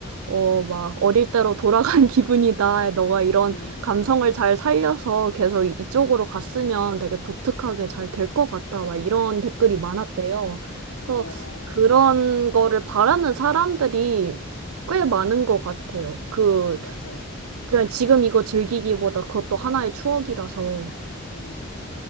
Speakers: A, on the right (about 75°); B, on the left (about 60°).
A: 어, 막 어릴 때로 돌아간 <laughs> 기분이다. 너가 이런
B: 음.
A: 감성을 잘 살려서 계속 이쪽으로 갔으면 되게 독특하게 잘 될 것 같다. 막 이런 댓글이 많았대요. 그래서
B: 어,
A: 그런 거를 바라는 사람들이 꽤 많은 것 같아요. 그,
B: 맞아요.
A: 그냥 지금 이거 즐기기보다 그것도 하나의 추억이라서.
B: 음.